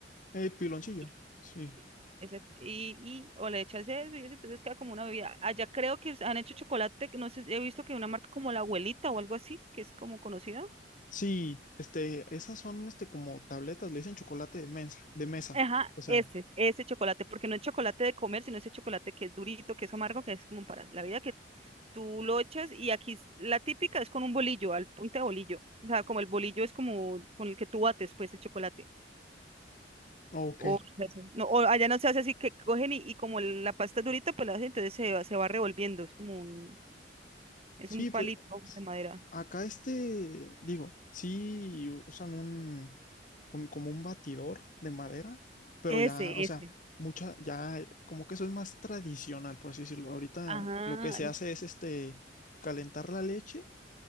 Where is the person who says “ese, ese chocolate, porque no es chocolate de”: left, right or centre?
Right